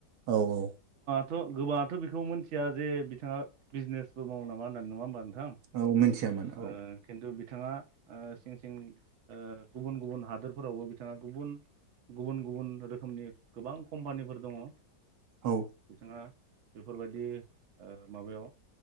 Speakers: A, on the right; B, on the right.
A: औ औ।
B: थ' गोबाङाथ बेखौ मिथिया जे बिथाङा बिजनेसबो मावो नामा होननानै नङा होमबा नोंथां
A: औ मिथियामोन
B: ओ
A: औ।
B: खिन्थु बिथाङा ओ सिं सिं ओ गुबुन गुबुन हादोरफोरावबो बिथाङा गुबुन गुबुन गुबुन रोखोमनि गोबां कम्पानिफोर दङ। ओ
A: औ
B: बिथाङा बेफोरबायदि ओ माबायाव